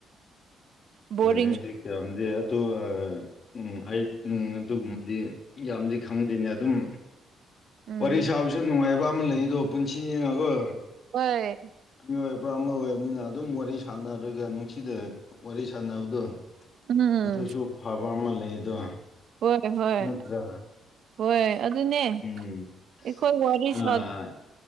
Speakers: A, on the right (about 65°); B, on the left (about 45°).
A: ꯕꯣꯔꯤꯡ
B: ꯑ ꯑꯦ <unintelligible> ꯑꯗꯨ ꯎꯝ ꯑꯩ ꯎꯝ ꯑꯗꯨꯒꯨꯝꯕꯗꯤ ꯌꯥꯝꯗꯤ ꯈꯪꯗꯦꯅꯦ ꯑꯗꯨꯝ
A: ꯎꯝ
B: ꯋꯥꯔꯤ ꯁꯥꯕꯁ ꯅꯨꯡꯉꯥꯏꯕ ꯑꯃ ꯂꯩꯗꯣ ꯄꯨꯟꯁꯤ ꯅꯤꯅꯀꯣ
A: ꯍꯣꯏ
B: ꯃꯤꯑꯣꯏꯕ ꯑꯃ ꯑꯣꯏꯕꯅꯤꯅ ꯑꯗꯨꯝ ꯋꯥꯔꯤ ꯁꯥꯟꯅꯔꯒ ꯅꯨꯡꯁꯤꯅ ꯋꯥꯔꯤ ꯁꯥꯟꯅꯕꯗꯣ
A: ꯎꯝ
B: ꯑꯗꯨꯁꯨ ꯐꯕ ꯑꯃ ꯂꯩꯗꯣ
A: ꯍꯣꯏ ꯍꯣꯏ
B: ꯅꯠꯇ꯭ꯔꯥ
A: ꯍꯣꯏꯣꯏ ꯑꯗꯨꯅꯦ
B: ꯎꯝ
A: ꯑꯩꯈꯣꯏ ꯋꯥꯔꯤ
B: ꯑꯥ
A: ꯁꯥ